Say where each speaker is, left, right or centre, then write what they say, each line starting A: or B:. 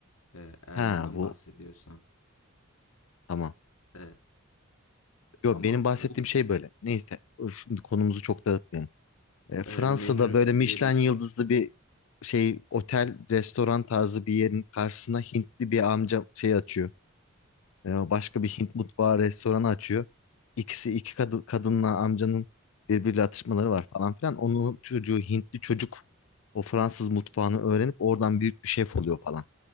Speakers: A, on the left (about 80°); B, on the left (about 70°).
A: Eee, eğer
B: Ha
A: ondan
B: bu
A: bahsediyorsan.
B: tamam.
A: Eee,
B: Yo
A: ama
B: benim bahsettiğim
A: bu
B: şey böyle. Neyse öf, şimdi konumuzu çok dağıtmayalım. E, Fransa'da
A: eee, menü
B: böyle Michelin
A: diye bir...
B: yıldızlı bir şey otel, restoran tarzı bir yerin karşısına Hintli bir amca şey açıyor. E, başka bir Hint mutfağı restoranı açıyor. İkisi iki kadı- kadınla amcanın birbiriyle atışmaları var falan filan. Onun çocuğu Hintli çocuk o Fransız mutfağını öğrenip oradan büyük bir şef oluyor falan.